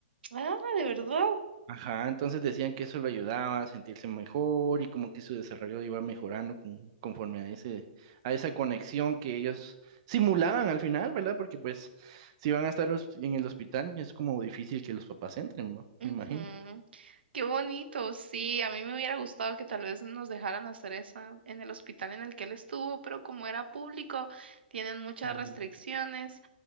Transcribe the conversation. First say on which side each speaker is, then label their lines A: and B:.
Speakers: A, on the right; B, on the right.
A: Ah, de verdad.
B: Ajá, entonces decían que eso lo ayudaba a sentirse mejor y como que su desarrollo iba mejorando con- conforme a ese, a esa conexión que ellos simulaban al final, ¿verdad? Porque pues si van a estar los- en el hospital, es como difícil que los papás entren, ¿no?
A: Ujú.
B: Me imagino.
A: Qué bonito, sí, a mí me hubiera gustado que tal vez nos dejaran hacer esa en el hospital en el que él estuvo, pero como era público, tienen muchas
B: Mm,
A: restricciones,